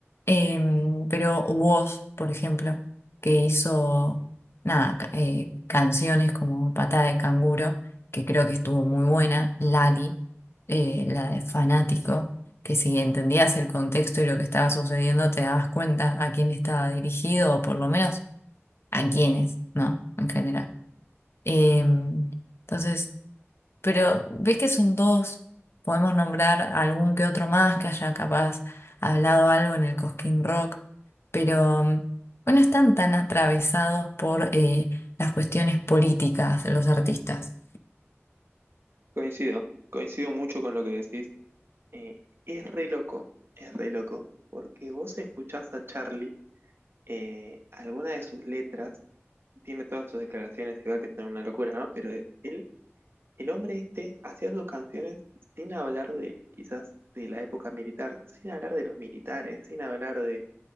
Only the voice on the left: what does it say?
Em, pero Woz, por ejemplo, que hizo, nada, ca- eh, canciones como Patada de Canguro, que creo que estuvo muy buena, Lali, eh, la de Fanático, que si entendías el contexto y lo que estaba sucediendo, te dabas cuenta a quién estaba dirigido, o por lo menos a quiénes, ¿no? En general. Em, entonces... Pero ves que son dos, podemos nombrar algún que otro más que haya capaz hablado algo en el Cosquín Rock, pero mm, bueno, están tan atravesados por eh, las cuestiones políticas de los artistas.